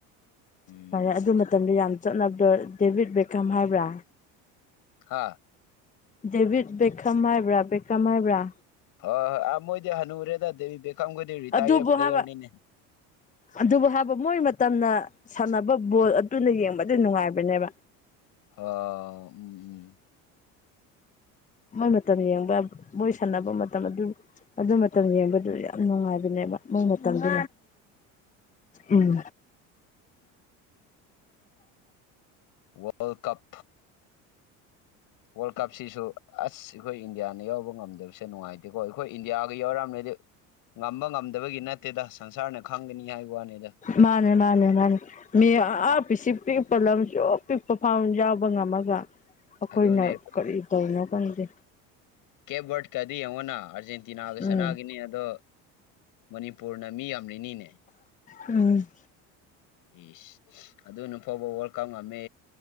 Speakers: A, on the left; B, on the left.
A: ꯎꯝ
B: ꯐꯔꯦ ꯑꯗꯨ ꯃꯇꯝꯗ ꯌꯥꯝ ꯆꯠꯅꯕꯗꯣ ꯗꯦꯚꯤꯠ ꯕꯦꯀꯝ ꯍꯥꯏꯕ꯭ꯔꯥ
A: ꯍꯥꯥ
B: ꯗꯦꯕꯤꯠ ꯕꯦꯛꯈꯝ ꯍꯥꯏꯕ꯭ꯔꯥ ꯕꯦꯛꯈꯝ ꯍꯥꯏꯕ꯭ꯔꯥ
A: ꯍꯣꯏ ꯍꯣꯏ ꯑ ꯃꯣꯏꯗꯤ ꯍꯅꯨꯔꯦꯗ ꯗꯦꯕꯤ ꯕꯦꯈꯥꯝꯈꯗꯤ ꯔꯤꯇꯥꯌꯔ
B: ꯑꯗꯨꯕꯨ
A: ꯄ꯭ꯂꯦꯌꯔꯅꯤꯅꯦ
B: ꯍꯥꯏꯕ ꯑꯗꯨꯕꯨ ꯍꯥꯏꯕ ꯃꯣꯏ ꯃꯇꯝꯅ ꯁꯥꯟꯅꯕ ꯕꯣꯜ ꯑꯗꯨꯅ ꯌꯦꯡꯕꯗ ꯅꯨꯡꯉꯥꯏꯕꯅꯦꯕ
A: ꯑ ꯎꯝ ꯎꯝ
B: ꯃꯃꯦ ꯇ ꯌꯦꯕ ꯃꯣꯏ ꯁꯥꯟꯅꯕ ꯃꯇꯝ ꯑꯗꯨ ꯑꯗꯨ ꯃꯇꯝ ꯌꯦꯡꯕꯗꯨ ꯌꯥꯝ ꯅꯨꯡꯉꯥꯏꯕꯅꯦꯕ ꯃꯣꯏ ꯃꯇꯝꯗꯨ ꯎꯝ
A: ꯋꯥꯔ ꯀꯞ ꯋꯥꯔ ꯀꯞ ꯁꯤꯁꯨ ꯑꯁ ꯑꯩꯈꯣꯏ ꯏꯟꯗꯤꯌꯥꯅ ꯌꯥꯎꯕ ꯉꯝꯗꯕꯁꯦ ꯅꯨꯡꯉꯥꯏꯇꯦꯀꯣ ꯑꯩꯈꯣꯏ ꯏꯟꯗꯤꯌꯥꯒ ꯌꯥꯎꯔꯛꯑꯝꯅꯗꯤ ꯉꯝꯕ ꯉꯝꯗꯕꯒꯤ ꯅꯠꯇꯦꯗ ꯁꯪꯁꯥꯔꯅ ꯈꯪꯒꯅꯤ ꯍꯥꯏꯕ ꯋꯥꯅꯤ
B: ꯃꯥꯅꯦ ꯃꯥꯅꯦ ꯃꯥꯅꯦ ꯃꯤ ꯄꯤꯤꯁ ꯄꯤꯛꯄ ꯂꯝꯁꯨ ꯄꯤꯛꯄ ꯐꯥꯝ ꯌꯥꯎꯕ ꯉꯝꯃꯒ ꯑꯩꯈꯣꯏꯅ
A: ꯑꯗꯨꯅꯦ
B: ꯀꯔꯤ ꯇꯧꯅꯣ ꯈꯪꯗꯦ
A: ꯀꯦꯕꯠ ꯀꯗꯤ ꯌꯅꯥ ꯑꯔꯖꯦꯟꯇꯤꯅꯥꯒ
B: ꯎꯝ
A: ꯆꯅꯥꯒꯅꯤ ꯑꯗꯣ ꯃꯅꯤ ꯄꯨꯅ ꯃꯤ ꯌꯥꯝ ꯔꯤꯅꯤꯅꯦ
B: ꯎꯝ
A: ꯑꯦꯁ ꯑꯗꯨꯅ ꯐꯥꯎꯕ ꯋꯥꯔꯜ ꯀꯞ ꯉꯝꯃꯦ